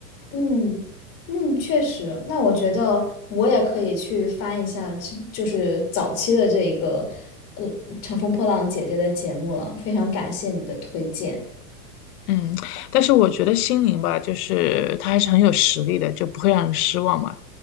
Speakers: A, on the left; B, on the left.
A: 嗯嗯，确实。那我觉得我也可以去翻一下之就是早期的这一个呃《乘风破浪姐姐》的节目了。非常感谢你的推荐。
B: 嗯，但是我觉得心灵吧，就是他还是很有实力的，就不会让人失望嘛。